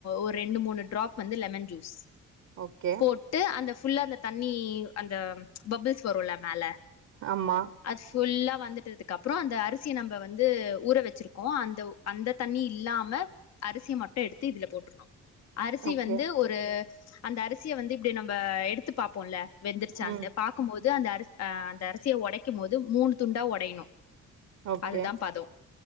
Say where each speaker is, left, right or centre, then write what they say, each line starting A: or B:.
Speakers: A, on the left (about 60°); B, on the right (about 65°).
A: ஒரு ரெண்டு மூணு ட்ராப் வந்து லெமன் ஜூஸ்
B: ஓகே
A: போட்டு அந்த ஃபுல்ல அந்த தண்ணி அந்த பபுள்ஸ் வருல மேல
B: ஆமா
A: அது ஃபுல்லா வந்துட்டதுக்கு அப்புறோ அந்த அரிசிய நம் நம்ப வந்து ஊற வச்சிருக் கோ அந்த அந்த தண்ணி இல்லாம அரிசி மட் எடுத்து இதுல போட்டுருணு அரிசி
B: ஓகே
A: வந்து ஒரு அந்த அரிசிய வந்து இப்டி நம்ப எடுத்து பாப்போ இல்ல வெந்திராச்சாண்ட்டு
B: ம்
A: பாக்குமோது இது அந்த அரி அ அந்த அரிசிய ஒடைக்கு மோது மூணு துண்டா ஒடையணு
B: ஓகே
A: அதுதா பதோ